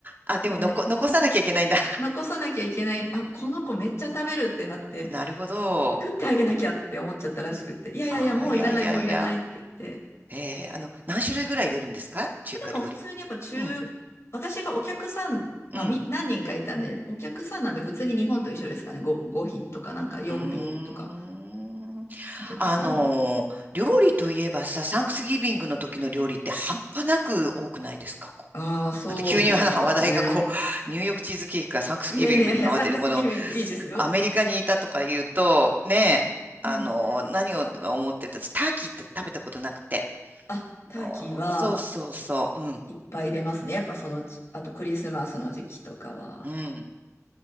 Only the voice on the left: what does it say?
で、
残さなきゃいけない、あ、この子めっちゃ食べるってなって、
作ってあげなきゃって思っちゃったらしくって、いやいやいや、
もういらないもういらないって言って、
でも普通にやっぱ中、
私がお客さん、
まあ、み、何人かいたんで、お客さんなんで普通に日本と一緒ですかね。5、5品とかなんか4品とか、
お客さんに。
ああ、そうみたいですね。
いやいやいやいや、3月ギビングいいですよ。
うん。
あ、ターキーは
いっぱい出ますね。やっぱそのち、あとクリスマスの時期とかは。